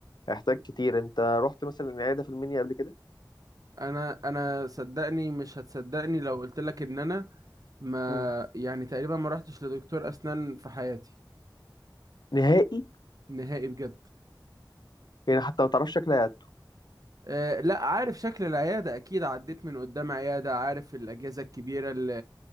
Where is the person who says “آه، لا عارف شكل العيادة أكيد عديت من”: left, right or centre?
Right